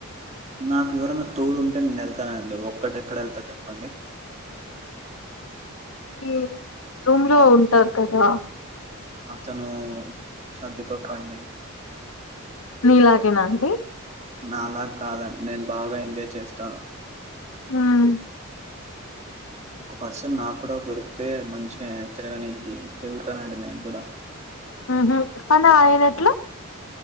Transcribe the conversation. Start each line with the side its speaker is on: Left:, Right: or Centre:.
Right: నాకు ఎవరనా తోడు ఉంటే నేను వెళ్తానండి ఒక్కటిెక్కడ వెళ్తా చెప్పండి
Left: మీ రూమ్ లో ఉంటారు కదా
Right: అతను సదిపప్ప అండి
Left: మీ లాగే నా ఆంటీ
Right: నాలాాగ కాదండి నేను బాగా ఎంజాయ్ చేస్తాను
Left: హమ్
Right: ఒక పర్సన్ నాకు కూడా దొరికితే మంచిగా తిరగని జరుగుతానండి నేను కూడా
Left: ఉహు కానీ ఆయన ఎట్లు